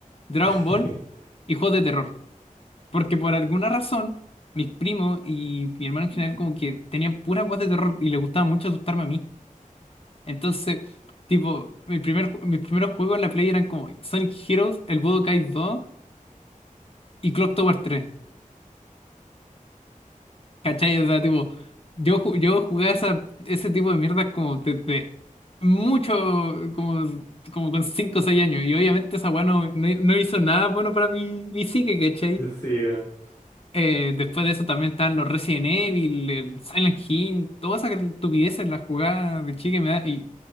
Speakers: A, on the left (about 45°); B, on the left (about 20°).
A: Dragon
B: <laughs>
A: Ball y juegos de terror. Porque por alguna razón, mis primos y mi hermano en general como que tenían pura guas de terror y les gustaba mucho asustarme a mí. Entonces, tipo, mi primer, ju- mis primeros juegos en la Play eran como Sonic Heroes, el Budokai 2 y Clock Tower 3. ¿Cachai? O sea, tipo, yo, ju- yo jugaba esa, ese tipo de mierdas como desde mucho, como, como con 5 o 6 años. Y obviamente esa weá no, no, no hizo nada bueno para mi, mi psique, ¿cachai?
B: Sí, weón.
A: Eh, después de eso también están los Resident Evil, el Silent Hill, todas esas estupideces, las jugadas de chique me da. Y